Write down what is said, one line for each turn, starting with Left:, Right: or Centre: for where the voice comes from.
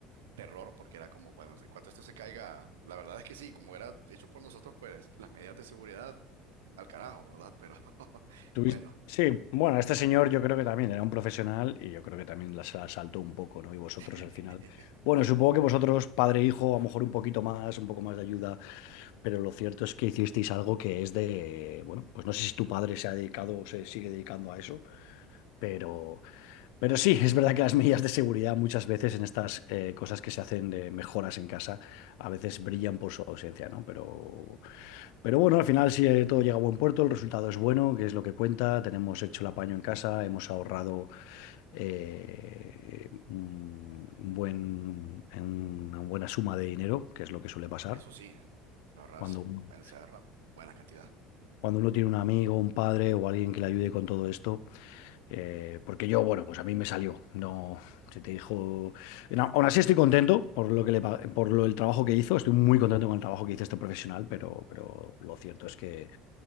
Right: terror porque era como, bueno, en cuanto esto se caiga, la verdad es que sí, como era hecho por nosotros, pues las medidas de seguridad al carajo, ¿verdad? Pero <laughs>
Left: Tuviste-
Right: bueno,
Left: Sí, bueno, este señor yo creo que también era un profesional y yo creo que también la- se la saltó un poco, ¿no? Y vosotros
Right: <laughs>
Left: al final. Bueno, supongo que vosotros, padre e hijo, a lo mejor un poquito más, un poco más de ayuda, pero lo cierto es que hicisteis algo que es de, bueno, pues no sé si tu padre se ha dedicado o se sigue dedicando a eso, pero, pero sí, es verdad que las medidas de seguridad muchas veces en estas eh, cosas que se hacen de mejoras en casa a veces brillan por su ausencia, ¿no? Pero pero bueno, al final si
Right: bueno,
Left: eh, todo llega a buen puerto, el resultado es bueno, que es lo que cuenta, tenemos hecho el apaño en casa, hemos ahorrado eh, un un buen, en una buena suma de dinero, que es lo que suele pasar
Right: eso sí, ahorrarse,
Left: cuando
Right: un-
Left: uno,
Right: se ahorra buena cantidad.
Left: cuando uno tiene un amigo, un padre o alguien que le ayude con todo esto, eh, porque yo, bueno, pues a mí me salió, no, si te dijo, no, aún así estoy contento por lo que le, pa- por lo, el trabajo que hizo, estoy muy contento con el trabajo que hizo este profesional, pero, pero lo cierto es que